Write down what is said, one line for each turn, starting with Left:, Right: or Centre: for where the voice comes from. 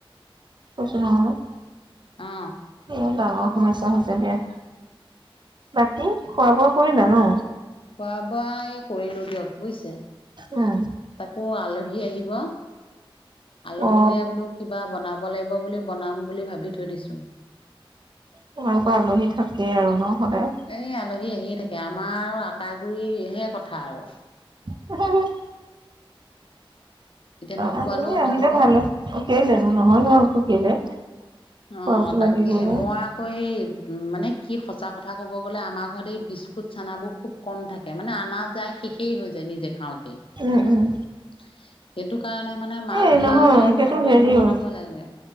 Right: কৈছোঁ নহয়।
Left: অ
Right: এ ডাঙৰ সমস্যা হৈছে দিয়া। বাকী খোৱা বোৱা কৰিলা ন?
Left: খোৱা বোৱা এই কৰিলো দিয়ক বুজিছে।
Right: উম,
Left: তাকো আলহী আহিব। আলহীলে
Right: অ
Left: বোলো কিবা বনা বনাব লাগিব বুলি বনাম বুলি ভাবি থৈ দিছো।
Right: তোমালোকৰ আলহী থাকেই আৰু ন সদায়।
Left: এই আলহী আহিয়ে থাকে। আমাৰ আটা গুৰি হে কথা আৰু।
Right: হু হম
Left: এতিয়া নোখোৱালেও
Right: আলহী
Left: নহ'ব।
Right: আহিলে ভালো। কেলেনো নহয়নো আৰু কেলে। খোৱাবতো
Left: অ,
Right: লাগিবই।
Left: তাকে মই আকৌ সেই মানে কি সঁচা কথা ক'ব গ'লে আমাৰ ঘৰত এই বিস্কুট চানাবোৰ খুব কম থাকে। মানে আনা যায় শেষেই হৈ যায় নিজে খাওঁতেই।
Right: উম, উম।
Left: <inaudible> সেইটো কাৰণে মানে আলহী
Right: এ নহয়
Left: আহিলে অকমান
Right: সেইটো
Left: কিবা
Right: হেৰিও
Left: কিবি বনাবই লাগে।